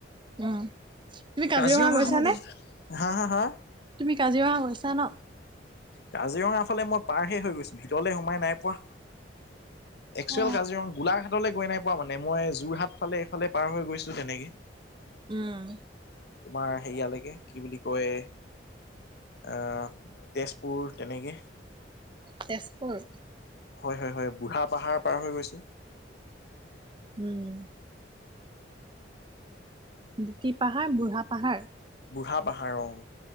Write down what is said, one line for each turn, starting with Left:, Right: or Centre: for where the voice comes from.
Right: উম তুমি কাজিৰঙা
Left: কাজিৰঙাখনো
Right: গৈছানে
Left: দেখি হা হা হা
Right: তুমি কাজিৰঙা গৈছা ন
Left: কাজিৰঙা ফালে মই পাৰহে হৈ গৈছোঁ ভিতৰলে সোমাই নাই পোৱা এক্সোৱেল
Right: অ
Left: কাজিৰঙা গোলাঘাট লে গৈ নাই পোৱা মানে মই যোৰহাট ফালে এইফালে পাৰ হৈ গৈছোঁ তেনেকে
Right: উম
Left: তোমাৰ সেৰিয়ালৈকে কি বুলি কয় আহ তেজপুৰ তেনেকে
Right: তেজপুৰ
Left: হয় হয় হয় বুঢ়া পাহাৰ পাৰ হৈ গৈছো
Right: উম বুকি পাহাৰ বুঢ়া পাহাৰ
Left: বুঢ়া পাহাৰ অ